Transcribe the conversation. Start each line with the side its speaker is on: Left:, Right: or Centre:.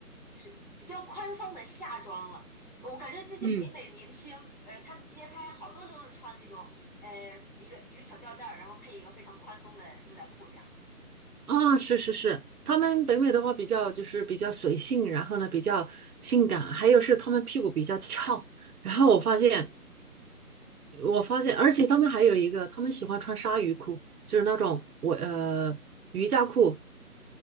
Left: 就是比较宽松的夏装了。我感觉这些北美明星，
Right: 嗯，
Left: 呃，他们街拍好多都是穿那种，呃，一个一个小吊带儿，然后配一个非常宽松的牛仔裤这样子。
Right: 啊，是是是，他们北美的话比较就是比较随性，然后呢比较性感，还有是他们屁股比较翘，然后我发现。
Left: 嗯，
Right: 我发现，
Left: 是
Right: 而且他们还有一个，他们喜欢穿鲨鱼裤，就是那种我呃瑜伽裤。